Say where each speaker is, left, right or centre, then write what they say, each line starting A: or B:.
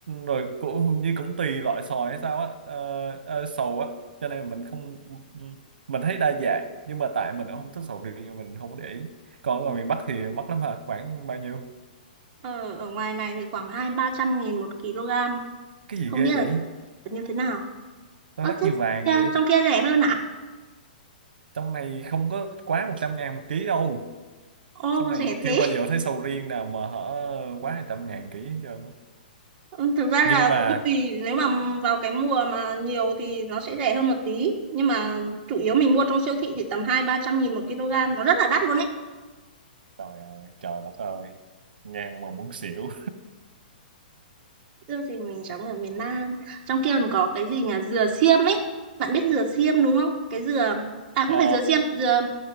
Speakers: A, on the right (about 75°); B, on the right (about 25°).
A: rồi cũng hình như cũng tùy loại sòi hay sao á ờ, ờ, sầu á cho nên mình không mình thấy đa dạng nhưng mà tại mình cũng không thích sầu riêng mình không có để ý còn ở ngoài miền Bắc thì mắc lắm hả khoảng bao nhiêu
B: Ờ, ở ngoài này thì khoảng hai ba trăm nghìn một kg.
A: cái gì
B: Không
A: ghê
B: biết
A: vậy
B: là như thế nào.
A: nó
B: Ơ
A: đắt
B: thế
A: như vàng
B: kia-
A: vậy
B: trong kia rẻ hơn ạ?
A: trong này không có quá một trăm ngàn một ký đâu
B: Ô
A: trong này
B: rẻ thế
A: chưa bao giờ thấy sầu riêng nào mà hở quá hai trăm ngàn ký hết trơn á.
B: Ừ, Thực ra
A: nhưng
B: là
A: mà
B: cũng tùy nếu mà vào cái mùa mà nhiều thì nó sẽ rẻ hơn một tí nhưng mà chủ yếu mình mua trong siêu thị thì tầm hai ba trăm nghìn một kg nó rất là đắt luôn ấy
A: trời ơi trời đất ơi nghe mà muốn xỉu
B: dưa thì mình sống ở miền Nam trong kia còn có cái gì nhỉ dừa xiêm ấy bạn biết dừa xiêm đúng không cái dừa à không
A: Ờ,
B: phải dừa xiêm dừa